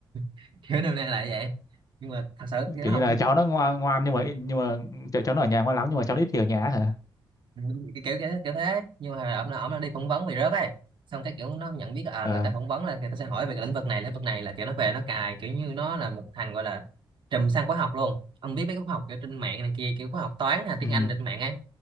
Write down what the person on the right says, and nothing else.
<laughs> kiểu năm nay lại vậy nhưng mà thật sự thì nó
học
Ừ, cái kiểu kiểu, kiểu thế nhưng mà ổng là ổng là đi phỏng vấn bị rớt ấy xong cái kiểu nó nhận biết là, à,
người ta phỏng vấn là người ta sẽ hỏi về cái lĩnh vực này lĩnh vực này là kiểu nó về nó cài kiểu như nó là một thằng gọi là trùm sang khóa học luôn ông biết mấy cái khóa học kiểu trên mạng này kia kiểu khóa học toán hay tiếng
Anh trên mạng ấy